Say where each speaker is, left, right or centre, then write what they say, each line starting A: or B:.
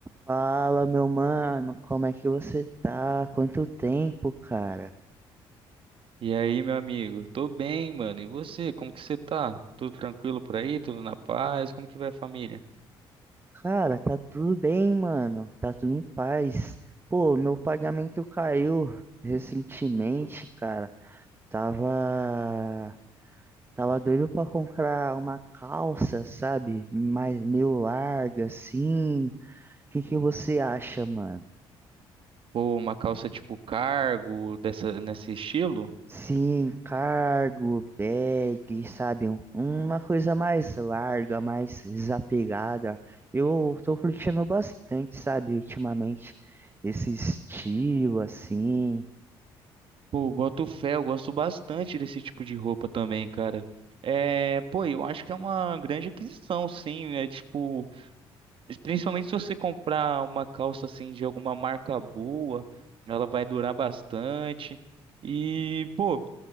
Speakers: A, on the right (about 20°); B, on the right (about 55°).
A: Fala, meu mano, como é que você tá? Quanto tempo, cara?
B: E aí, meu amigo? Tô bem, mano. E você? Como que você tá? Tudo tranquilo por aí? Tudo na paz? Como que vai a família?
A: Cara, tá tudo bem, mano. Tá tudo em paz. Pô, meu pagamento caiu recentemente, cara. Tava, tava doido pra comprar uma calça, sabe? Mais meio larga assim. O que que você acha, mano?
B: Pô, uma calça tipo cargo, dessa, nesse estilo?
A: Sim, cargo, bag, sabe? um- Uma coisa mais larga, mais desapegada. Eu tô curtindo bastante, sabe, ultimamente, esse estilo, assim.
B: Pô, boto fé, eu gosto bastante desse tipo de roupa também, cara. É, pô, eu acho que é uma grande aquisição, sim. É tipo, principalmente se você comprar uma calça assim de alguma marca boa, ela vai durar bastante. E, pô.